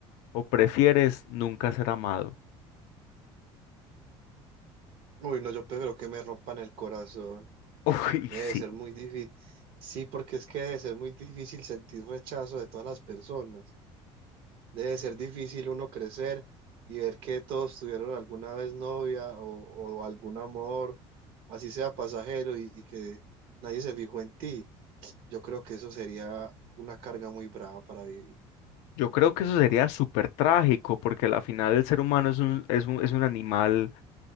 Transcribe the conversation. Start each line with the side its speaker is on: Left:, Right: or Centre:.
Left: o prefieres nunca ser amado?
Right: Uy, no, yo prefiero que me rompan el corazón.
Left: <laughs> Uy,
Right: Debe
Left: sí.
Right: ser muy difícil. Sí, porque es que debe ser muy difícil sentir rechazo de todas las personas. Debe ser difícil uno crecer y ver que todos tuvieron alguna vez novia o, o algún amor, así sea pasajero, y, y que nadie se fijó en ti. Yo creo que eso sería una carga muy brava para vivir.
Left: Yo creo que eso sería súper trágico, porque al final el ser humano es un, es un, es un animal